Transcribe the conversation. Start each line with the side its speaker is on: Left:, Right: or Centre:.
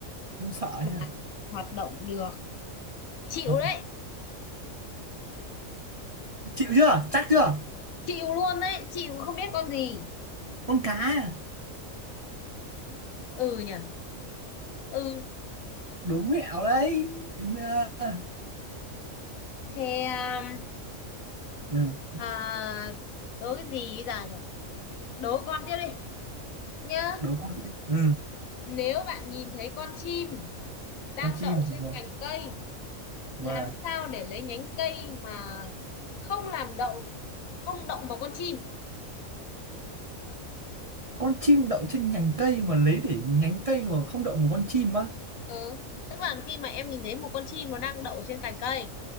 Right: không sợ
Left: mà
Right: nha
Left: hoạt động được chịu
Right: <laughs>
Left: đấy
Right: chịu chưa chắc chưa
Left: chịu luôn đấy chịu không biết con gì
Right: con cá à?
Left: ừ nhỉ ừ
Right: đúng mẹo đấy đúng chưa
Left: thế um,
Right: ừ,
Left: à, đố cái gì bây giờ nhỉ đố con tiếp đi nhá
Right: đúng con chim ừ,
Left: Nếu bạn nhìn thấy con chim đang
Right: con chim
Left: đậu trên
Right: rồi
Left: cành cây,
Right: vâng
Left: làm sao để lấy nhánh cây mà không làm đậu không động vào con chim?
Right: con chim đậu trên nhánh cây mà lấy để nhánh cây mà không đậu một con chim á
Left: Ừ. Tức là khi mà em nhìn thấy một con chim nó đang đậu trên cành cây